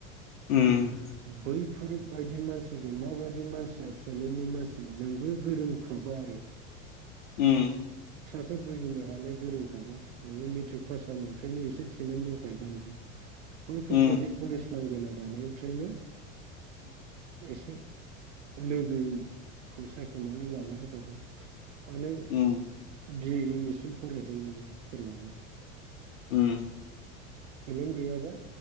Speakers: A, on the left; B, on the right.
A: उम
B: बै बेफोरबायायदि मानसिजों माबायदि मानसिया टेलेन्टनि मानसि नोंबो गोरोंखाबा आरो
A: उम
B: एसे बुजिनो हानाय गोरोंखाबा नोङो मेट्रिक पास जानायनिफ्रायनो एसे टेलेन्ट दंखायोबा नोंहा। बैफोरबादि
A: उम
B: कलेज लांगोना गानायनिफ्रायनो एसे लोगोखौ सायख'नानै लानाया गाहाम मानो
A: उम
B: बिए एम ए सिम फरायखायो नोङो सोरबाबा।
A: उम।
B: सोलोंथाइ गैयाबा